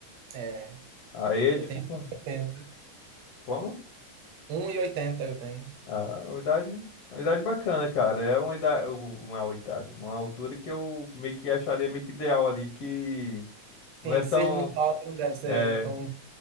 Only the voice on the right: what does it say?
É,
eu
tenho
oitenta,
um e oitenta eu tenho.
Sim,
ser muito alto não deve ser
tão.